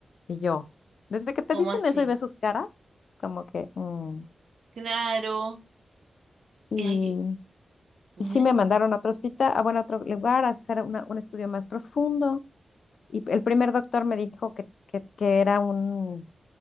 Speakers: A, on the left; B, on the right.
A: Y yo, desde que te
B: ¿Cómo
A: dicen
B: así?
A: eso y ves sus caras, como que, mm.
B: Claro.
A: Y,
B: Y ahí- ujú,
A: y sí me mandaron a otro hospital, a, bueno, a otro lugar, a hacer una- un estudio más profundo. Y el primer doctor me dijo que, que, que era un,